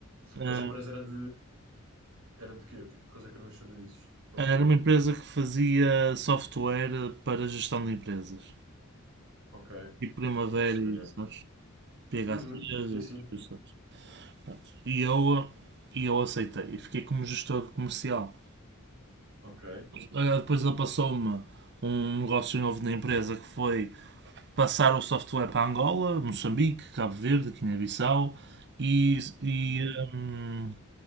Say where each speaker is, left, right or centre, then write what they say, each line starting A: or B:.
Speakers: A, on the right; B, on the right.
A: Ahm,
B: Mas a empresa era de, era de quê? O que coisa que eram os serviços, propriamente?
A: era uma empresa que fazia software para gestão de empresas.
B: Ok,
A: E Primavera
B: estou a perceber,
A: e,
B: já.
A: sabes, PHCs
B: Uhum.
A: e
B: Sim,
A: essas
B: sim.
A: coisas. Pronto. E eu, e eu aceitei. E fiquei como gestor comercial.
B: Ok.
A: Ah, Depois ele passou-me um negócio novo na empresa que foi passar o software para Angola, Moçambique, Cabo Verde, Guiné-Bissau e, e,
B: Hum,
A: hum,